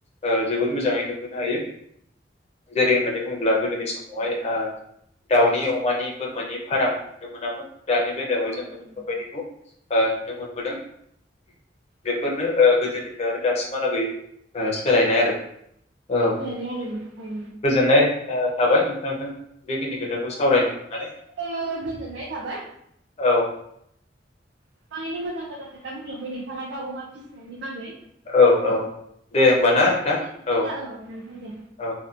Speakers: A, on the left; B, on the right.
A: ओ जोबोद मोजाङै नुुबोनो हायो। जेरै होननानै बुङोब्ला गोदोनि समावहाय आ दाउनि अमानि बोरमानि फाराम नुनो मोनामोन। दानि बेलायावहाय
B: औ
A: जोंफोरबायदिखौ
B: नंगौ
A: आ नुनो मोनबोदों।
B: औ
A: बेफोरनो ओ गोदोनि ओ आरो दासिमहालागै सोलायनाय आरो। औ
B: सोलायबाय आरो नों औ
A: गोजोननाय थाबाय नोंथांजों बेखिनि खोथाखौ सावरायनो
B: नोंथांनिसिमबो
A: मोननानै।
B: गोजोननाय थाबाय
A: औ
B: गोबाङैनो मोजां मोजां खोथा बुंलांबाय नोंथाङा दा अमा फिसिनायनि बागै।
A: औ औ दे होमबा ना नोंथां
B: दे बिदिब्ला
A: औ
B: नोंथां दे
A: औ।